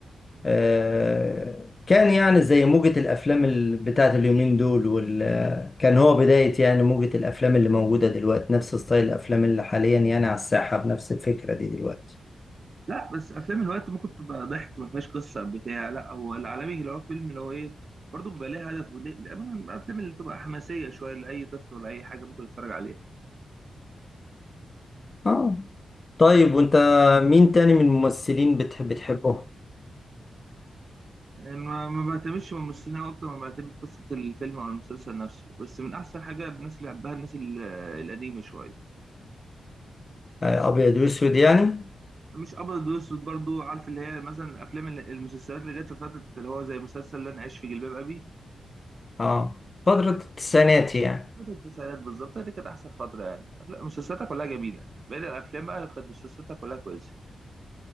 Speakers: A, on the left; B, on the right.
A: آه كان يعني زي موجة الأفلام ال- بتاعت اليومين دول وال آه، كان هو بداية يعني موجة الأفلام اللي موجودة دلوقتي نفس ستايل الأفلام اللي حاليا يعني على الساحة بنفس الفكرة دي دلوقتي
B: لا بس افلام الوقت ممكن تبقى ضحك ما فيهاش قصه بتاع لا هو العالمي اللي هو فيلم اللي هو ايه برضه بيبقى ليه هدف ودي الأمانة الافلام اللي بتبقى حماسيه شويه لاي طفل ولا اي حاجه ممكن يتفرج عليها
A: اه طيب وأنت مين تاني من الممثلين بتحب بتحبه
B: يعني ما ما بعتمدش من الممثلين اكتر ما بعتمد قصه الفيلم او المسلسل نفسه بس من احسن حاجه الناس اللي بحبها الناس ال- القديمه شويه
A: آه أبيض وأسود يعني
B: مش ابيض واسود برضه عارف اللي هي مثلا افلام ال- المسلسلات اللي جت في فتره اللي هو زي مسلسل اللي انا عايش في جلباب ابي
A: اه فترة التسعينات يعني
B: فترة التسعينات بالظبط هي دي كانت أحسن فترة يعني أفلام مسلسلاتها كلها جميلة باقي الأفلام بقى كانت مسلسلاتها كلها كويسة